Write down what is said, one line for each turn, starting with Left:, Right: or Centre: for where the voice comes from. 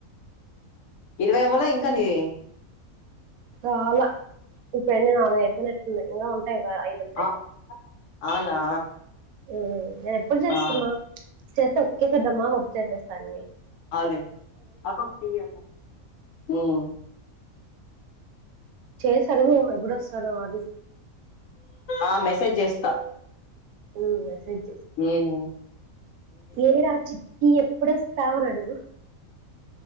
Left: ఇరవై అవలే ఇంకా నీవి
Right: చాలా ఇప్పుడు ఎన్ని నాలుగైపోనట్లున్నాయి. ఇంగా ఉంటాయి, ఒక ఐదు ఉంటాయి.
Left: ఆ, ఆనా
Right: మ్ నేను ఎప్పుడు చేస్తున్నా
Left: ఆ.
Right: చేస్తా ఒక్చేద్దమ్మా కొట్టి చేసేస్తాన్ని.
Left: అవునన్ ఆహ్ నీ యబ్బా మ్
Right: చేసాడుగు ఎప్పుడోసరో అది
Left: ఆ మెసేజేస్తా.
Right: ఉ మెసేజ్
Left: నేన్
Right: ఏడా చిట్టి ఎప్పుడస్తావనడుగు